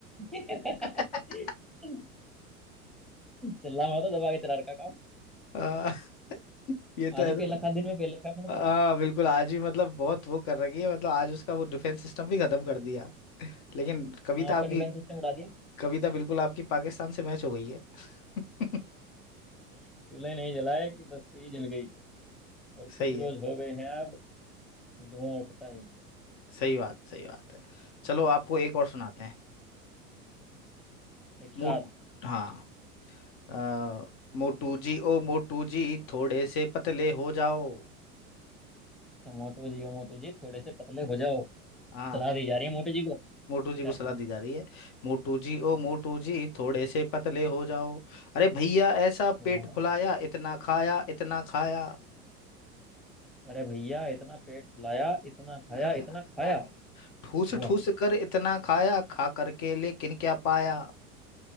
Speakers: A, in the centre; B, on the left.
A: नहीं
B: <laughs>
A: <laughs> चल रहा मैं तो दबा के चला रखा काम
B: आ, ये तो
A: आज
B: ऐसा
A: ही पेल रखा दिन में पेल रखा है मैंने सुना
B: हाँ बिल्कुल आज ही मतलब बहुत वो कर रखी है मतलब आज उसका वो डिफेंस सिस्टम भी खत्म कर दिया लेकिन कविता
A: हाँ उसका
B: आपकी
A: डिफेंस सिस्टम उड़ा दिया
B: कविता बिल्कुल आपकी पाकिस्तान से मैच हो गई है <laughs>
A: चूल्हे नहीं जलाए कि बस्ती जल गई और कुछ
B: सही है
A: रोज हो गए हैं अब धुआं उठता ही नहीं
B: सही बात सही बात है चलो आपको एक और सुनाते हैं
A: हम्म। इरशाद
B: मूड हाँ आ, मोटू जी ओ मोटू जी थोड़े से पतले हो जाओ
A: अच्छा मोटू जी ओ मोटू जी थोड़े से पतले हो जाओ
B: हाँ
A: सलाह दी जा रही है मोटू जी को
B: मोटू
A: अच्छा
B: जी को सलाह दी जा रही है मोटू जी ओ
A: हम्म,
B: मोटू जी थोड़े से पतले हो जाओ अरे भैया ऐसा
A: वाह।
B: पेट फुलाया इतना खाया इतना खाया
A: अरे भैया इतना पेट फुलाया इतना खाया
B: इतना खाया इतना
A: इतना खाया
B: खाया। ठूस
A: वाह
B: ठूस कर इतना खाया खा करके लेकिन क्या पाया